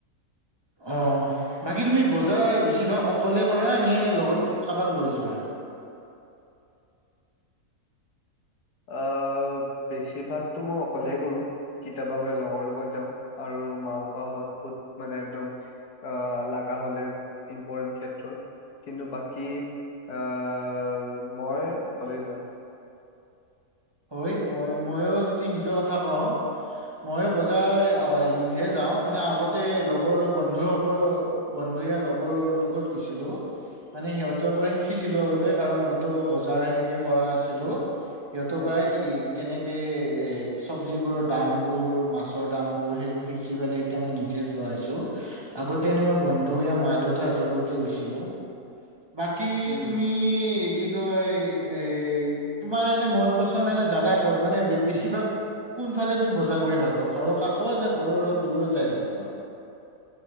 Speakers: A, on the right; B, on the left.
A: অ। বাকী তুমি বজাৰ বেছিভাগ অকলে কৰা নে লগত কাৰোবাক লৈ যোৱা।
B: অ' বেছিভাগতো মই অকলেই কৰো। কেতিয়াবা বাৰু লগৰ লগত যাওঁ আৰু মা পাপা হত বহুত মানে একদম অ লাগা হ'লে ইম্পৰ্টেণ ক্ষেত্ৰত কিন্তু বাকী আহ মই অকলেই যাওঁ।
A: হয়, মই ময়ো যদি নিজৰ কথা কওঁ মইয়ো বজাৰ নিজে যাওঁ মানে আগতে লগৰ বন্ধুৰ হবৰ বন্ধু ইয়া লগৰ লগত গৈছিলো। মানে সিহঁতৰ পৰা শিকিছিলো আগতে কাৰণ মইতো বজাৰ সেনেকে কৰা নাছিলো। <inaudible> কেনেকে
B: উম
A: এ চবজিবোৰৰ দামবোৰ মাছৰ দাম বোৰ সেইবোৰ শিকি পেলাই এতিয়া মই নিজে যোৱা হৈছো। আগতে এনেই মই বন্ধু য়া মা দেউতাহঁতৰ লগতে গৈছিলো। বাকী
B: উম
A: তুমি কি কয়, এ তোমাৰ এনে মন মন পছন্দৰ এনে জাগা ক'ত? মানে বেছিভাগ কোনফালে তুমি বজাৰ কৰি ভাল পোৱা? ঘৰৰ কাষত নে ঘৰৰ অলপ দূৰত যাই ভাল পোৱা?